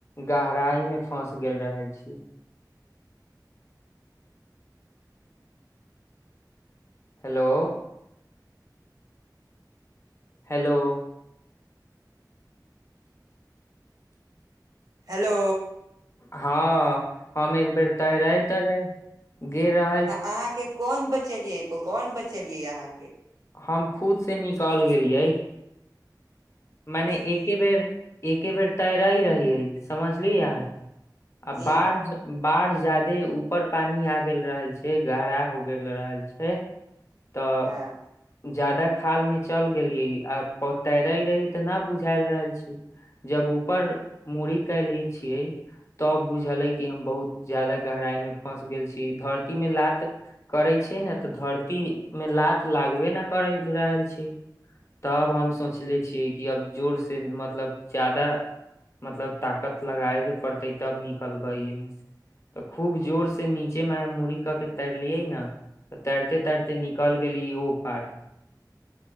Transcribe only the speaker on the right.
हेलो
ह अहाँ के कोन बचेलियै कौन बचेलियै अहाँ के
अच्छा,
जी
हँ
ह